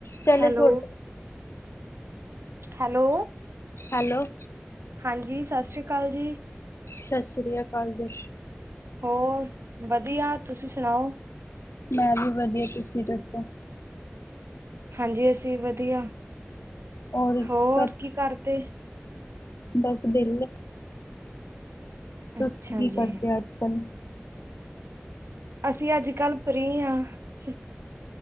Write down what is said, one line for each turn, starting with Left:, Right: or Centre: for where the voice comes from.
Left: <inaudible>
Right: Hello, hello
Left: hello.
Right: ਹਾਂਜੀ ਸਾਸਰੀ ਕਾਲ ਜੀ।
Left: ਸ਼ਾਸਰੀ ਆ ਕਾਲ ਜੀ।
Right: ਹੋਰ ਵਧੀਆ, ਤੁਸੀਂ ਸਣਾਓ?
Left: ਮੈਂ ਵੀ ਵਧੀਆ, ਤੁਸੀਂ ਦੱਸੋ?
Right: ਹਾਂਜੀ, ਅਸੀ ਵਧੀਆ,
Left: ਔਰ
Right: ਹੋਰ
Left: ਘਰ
Right: ਕੀ ਕਰਦੇ?
Left: ਬਸ ਬੈਲੇ। ਤੂਸੀ
Right: ਅੱਛਾ
Left: ਕੀ ਕਰਦੇ
Right: ਜੀ
Left: ਆਜ-ਕੱਲ?
Right: ਅਸੀ ਆਜ-ਕੱਲ ਫ੍ਰੀ ਆਂ, ਅਸੀ